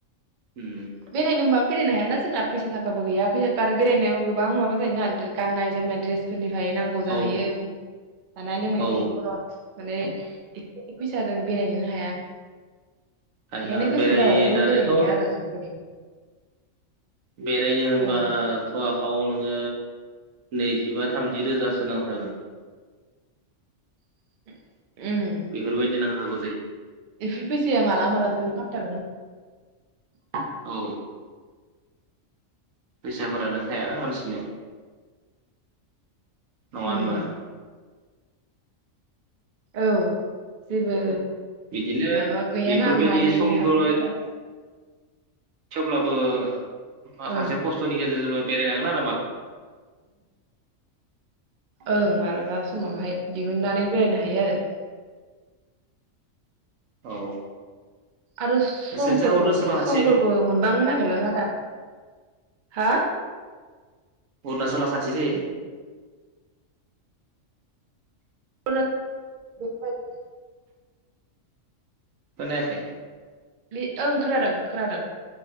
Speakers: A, on the right; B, on the right.
A: होम
B: बेरायनो होनबाबो बेरायनो हायाना जोंना फैसा थाखाबो गैया आरो बेरायनायाव गोबां माबा जायोना गाननाय जोमनाय द्रेसफोरनि फ्राय नांगौ
A: औ
B: जाहैयो जानाय लोंनायनि
A: औ
B: खरस माने एसे फैसाजों बेरायनोनो हाया।
A: आइया
B: एखायनो गोसो
A: बेराय
B: जाबाबो
A: दानियाथ'
B: बेरायहैया आरो जों बे
A: बेरायनो होनबाथ
B: ओं
A: थाव नोङो नैजिबा थामजि रोजासो नांथारगोन।
B: <inaudible> उम
A: बेफोरबायदि नांथारगौ जायो
B: एफोर फैसाया माला माला जोबो फात <unintelligible>
A: औ फैसाफोरानो थायाना मानसिनियाव। नङा होनबा।
B: उम औ जेबो
A: बिदिनो
B: माबा गैयाना
A: बेफोरबायदि
B: मानलि
A: समखौ
B: हाफ फैसा
A: थेवब्लाबो माखासे
B: ओं
A: खस्थनि गेजेरजोंबो। बेरायनांगोना
B: ओं मालाबा समावहाय दिहुननानै बेरायनो हायो आरो
A: औ
B: आरो समफोरबो
A: नोंसोरजों अरुणाचला खाथि
B: समफोरबो
A: जायो
B: मोनबांनो नागिरलाना दा हा
A: अरुणाचल आ खाथि जायो
B: <unintelligible>
A: खोनायाखै
B: बे ओं खोनादों खोनादों